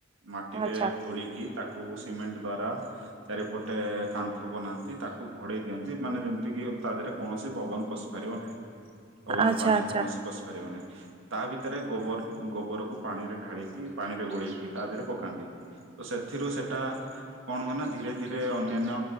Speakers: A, on the right (about 65°); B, on the right (about 25°).
A: ମାଟିରେ
B: ଆଚ୍ଛା
A: ଖୋଳିକି। ତାକୁ ସିମେଣ୍ଟ ଦ୍ଵାରା ଚାରିପଟେ କାନ୍ଥ ବନାନ୍ତି ତାକୁ ଘୋଡେଇ ଦିଅନ୍ତି ମାନେ ଯେମୀତି ୟୁପ୍ ତା ଦେହରେ କୌଣସି ପବନ ପଶି ପାରିବ ନାହିଁ ପବନ
B: ଆଚ୍ଛା
A: ପାଣି
B: ଆଚ୍ଛା।
A: କୌଣସି ପଶି ପାରିବ ନାହିଁ। ତା ଭିତରେ ଗୋବର ଗୋବରକୁ ପାଣିରେ ଢାଳିକି ପାଣି ରେ ଗୋଳେଇକି ତା ଥିରେ ପକାନ୍ତି। ତ ସେଥିରୁ ସେଟା କଣ ହୁଏ ନା ଧୀରେ ଧୀରେ ଅନ୍ୟାନ୍ୟ